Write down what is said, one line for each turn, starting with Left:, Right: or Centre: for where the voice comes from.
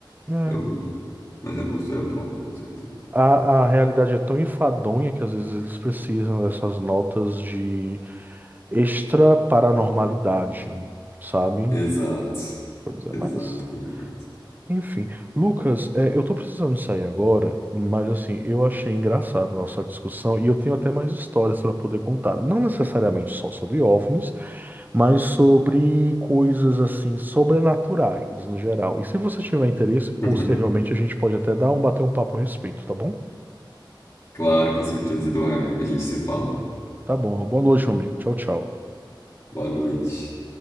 Right: É.
Left: Eu... Mas é a cultura pop, com certeza.
Right: A, a realidade é tão enfadonha que às vezes eles precisam dessas notas de extra paranormalidade, sabe?
Left: Exato,
Right: Pois é,
Left: exato,
Right: mas.
Left: concordo.
Right: Enfim. Lucas, é, eu tô precisando sair agora, mas assim, eu achei engraçado a nossa discussão e eu tenho até mais histórias para poder contar. Não necessariamente só sobre OVNIs, mas sobre coisas assim sobrenaturais no geral. E se você tiver interesse, posteriormente
Left: <laughs>
Right: a gente pode até dar um bater um papo a respeito, tá bom?
Left: Claro, com certeza, Eduardo. A gente se fala.
Right: Tá bom. Boa noite, meu amigo. Tchau, tchau.
Left: Boa noite.